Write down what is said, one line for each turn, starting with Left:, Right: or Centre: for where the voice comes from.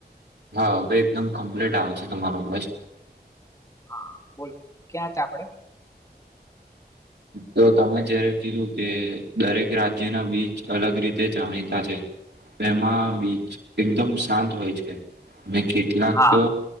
Right: હા હવે એકદમ કમ્પ્લીટ આવે છે તમારો બસ
Left: હા બોલો ક્યાં છે આપડે હ
Right: તો તમે જયારે કીધું કે દરેક રાજ્યના બીચ અલગ રીતે જાણીતા છે એમાં બીચ એકદમ શાંત હોય છે મે કેટલાક
Left: હા
Right: તો